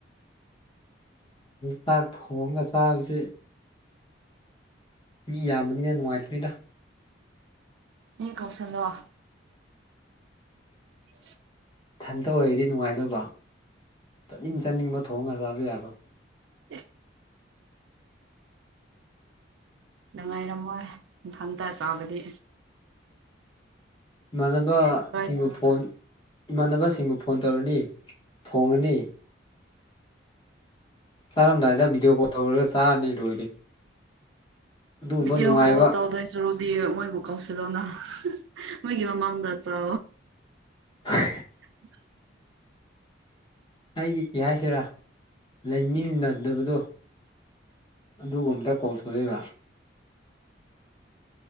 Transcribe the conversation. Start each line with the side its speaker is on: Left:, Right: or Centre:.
Left: ꯆꯥꯛ ꯊꯣꯡꯒ ꯆꯥꯕꯁꯤ ꯃꯤ ꯌꯥꯝꯕꯅꯤꯅ ꯅꯨꯡꯉꯥꯏꯇꯅꯤꯗ
Right: ꯃꯤ ꯀꯧꯁꯜ ꯋꯥ ꯎ
Left: ꯍꯟꯊ ꯑꯣꯏꯩꯗꯤ ꯅꯨꯡꯉꯥꯏꯇꯕ ꯆꯠꯅꯤꯡ ꯆꯠꯅꯤꯡꯕ ꯊꯣꯡꯉꯒ ꯆꯥꯕ ꯌꯥꯕ
Right: ꯑ ꯉꯥꯏꯔꯝꯃꯣꯏ ꯏꯪꯊꯥꯡꯇ ꯆꯥꯕꯗꯤ
Left: ꯏꯃꯥꯟꯅꯕ
Right: ꯑꯦꯟꯖꯣꯏ
Left: ꯁꯤꯡꯕꯨ
Right: ꯇꯧꯔꯔꯣꯏ
Left: ꯐꯣꯟ ꯏꯃꯥꯟꯅꯕꯁꯤꯡꯕꯨ ꯐꯣꯟ ꯇꯧꯔꯅꯤ ꯊꯣꯡꯉꯅꯤ ꯆꯥꯔꯝꯗꯥꯏꯗ ꯚꯤꯗꯤꯑꯣ ꯀꯣꯜ ꯇꯧꯔꯒ ꯆꯥꯔꯅꯤ ꯂꯣꯏꯔꯦ ꯑꯗꯨꯒꯨꯝꯕ
Right: ꯗꯤ
Left: ꯅꯨꯡꯉꯥꯏꯕ
Right: ꯀꯣ ꯇꯗꯣꯁꯨꯔ ꯗꯤ ꯃꯣꯏꯕꯨ ꯀꯥꯎꯁꯤꯜꯂꯣꯅ ꯃꯣꯏꯒꯤ ꯃꯃꯥꯡꯗ ꯆꯣ
Left: ꯍ
Right: ꯎ
Left: ꯑꯩꯗꯤ ꯀꯩ ꯍꯥꯏꯁꯤꯔꯥ ꯂꯩꯃꯤꯟꯅꯗꯕꯗꯣ ꯑꯗꯨꯒꯨꯝꯕꯇ ꯀꯣꯜ ꯇꯧꯖꯛꯏꯕ